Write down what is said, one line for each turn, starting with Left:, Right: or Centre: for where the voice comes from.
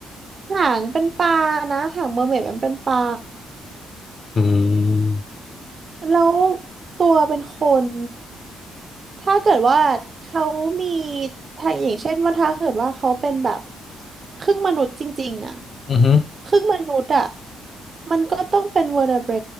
Right: หางเป็นปลานะหางเมอร์เมดมันเป็นปลา
Left: อืม
Right: แล้วตัวเป็นคนถ้าเกิดว่าเขามีถ้าอย่างเช่นว่าถ้าเกิดว่าเขาเป็นแบบครึ่งมนุษย์จริงๆอ่ะ
Left: อือฮึ
Right: ครึ่งมนุษย์อ่ะมันก็ต้องเป็นเวอร์เบร